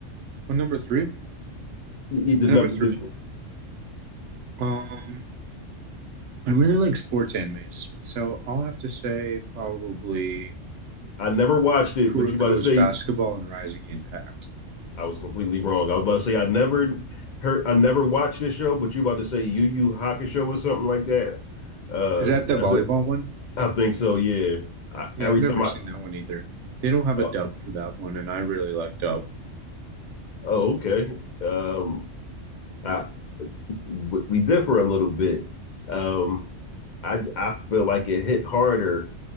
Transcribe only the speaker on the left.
You, you did
not.
Did,
I never watched it,
but you about to say
I was completely wrong. I was about to say I never heard, I never watched this show, but you about to say Yu Yu Hakusho or something like that. Uh,
that's
it.
I think so. Yeah. I,
every
time I,
oh,
oh, okay. Um, I w- we differ a little bit. Um, I I feel like it hit harder.